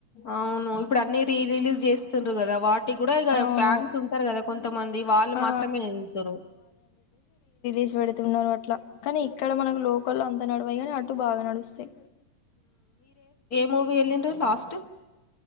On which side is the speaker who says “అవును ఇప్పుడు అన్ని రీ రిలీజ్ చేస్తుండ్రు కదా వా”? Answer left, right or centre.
Left